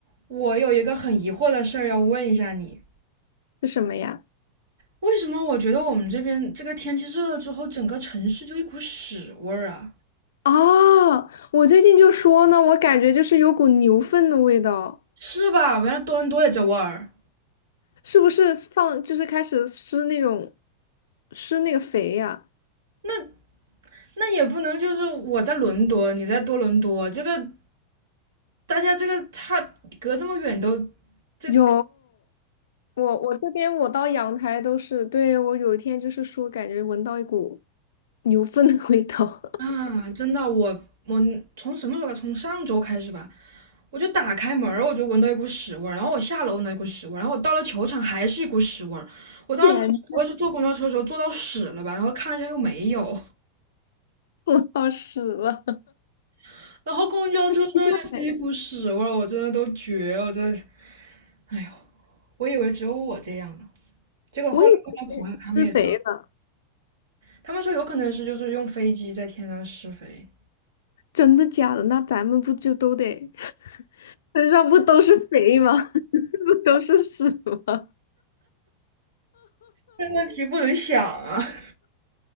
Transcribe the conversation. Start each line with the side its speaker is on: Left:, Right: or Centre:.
Right: 我有一个很疑惑的事儿要问一下你，
Left: 是什么呀？
Right: 为什么我觉得我们这边这个天气热了之后，整个城市就一股屎味儿啊？
Left: 哦，我最近就说呢，我感觉就是有股牛粪的味道，
Right: 是吧？原来多伦多也这味儿，
Left: 是不是放就是开始施那种施那个肥呀？
Right: 那那也不能就是我在伦敦，你在多伦多，这个大家这个差隔这么远都，这
Left: 有，我我这边我到阳台都是，对，我有一天就是说感觉闻到一股牛粪的味道，
Right: 啊，真的，我我从什么时候开？始？从上周开始吧，我就打开门儿我就闻到一股屎味儿，然后我下楼闻到一股屎味儿，然后我到了球场还是一股屎味儿。
Left: <laughs>
Right: 我当时不会是坐公交车的时候坐到屎了吧？
Left: 天，
Right: 然后看了一下又没有，
Left: 做到屎了，
Right: <laughs> 然后公交车上也是一股屎味儿，
Left: <laughs> 奇怪，
Right: 我真的都绝了，我真的，哎呦，我以为只有我这样呢，结果后来问了朋友，
Left: 我以为施肥了，
Right: 他们也这样，他们说有可能是就是用飞机在天上施肥，
Left: 真的假的？那咱们不就都得 <laughs> 身上不都是肥吗？<laughs> 不都是屎吗？
Right: 这问题不能想啊。<laughs>